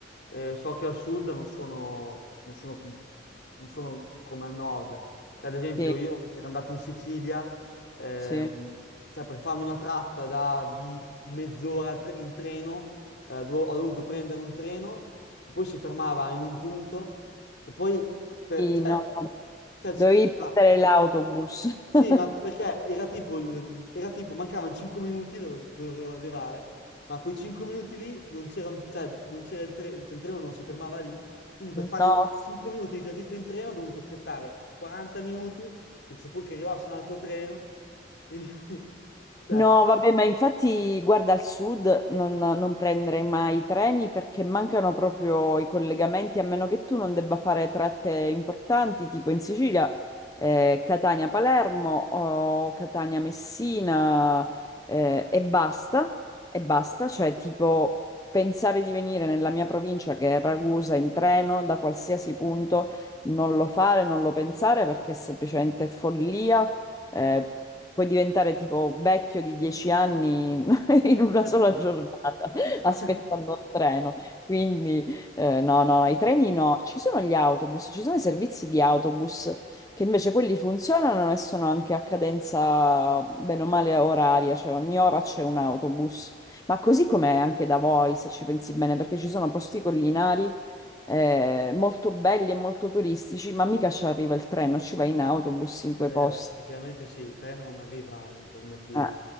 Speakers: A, on the left (about 60°); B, on the left (about 20°).
A: eh, so che al sud non sono, non sono- non sono come al nord. Cioè, ad esempio,
B: Sì,
A: io ero andato in Sicilia, ehm,
B: sì.
A: cioè, per farmi una tratta da- di mezz'ora t- in treno, eh, dove ho dovuto prendere un treno, poi si fermava in un punto e poi per-
B: Sì,
A: cioè,
B: no,
A: cioè, c-
B: dovevi
A: era-
B: prendere l'autobus.
A: sì,
B: <laughs>
A: ma perché era tipo, il- era tipo mancavano 5 minuti dove dove volevo arrivare, ma quei 5 minuti lì non c'era, un- cioè, non c'era il treno, il treno non si fermava lì, quindi per
B: No.
A: fare 5 minuti di tragitto in treno ho dovuto aspettare 40 minuti che, ci fu- che arrivasse un altro treno, quindi, <laughs> cioè,
B: No, vabbè, ma infatti, guarda, al sud non, non prendere mai i treni perché mancano proprio i collegamenti, a meno che tu non debba fare tratte importanti, tipo in Sicilia, eh, Catania-Palermo o Catania-Messina, eh, e basta, e basta, cioè tipo pensare di venire nella mia provincia, che è Ragusa, in treno da qualsiasi punto, non lo fare, non lo pensare perché è semplicemente follia eh, puoi diventare tipo vecchio di 10 anni <laughs> in una
A: <laughs>
B: sola giornata <laughs> aspettando il treno. Quindi eh, no, no, no, i treni
A: basta.
B: no, ci sono gli autobus, ci sono i servizi di autobus che invece quelli funzionano e sono anche a cadenza bene o male oraria, cioè ogni ora c'è un autobus. Ma così com'è anche da voi, se ci pensi bene, perché ci sono posti collinari eh, molto belli e molto turistici, ma mica ci arriva il treno, ci va in autobus in
A: È
B: quei
A: vero,
B: posti.
A: effettivamente sì, il treno non arriva in determinati,
B: Eh,
A: in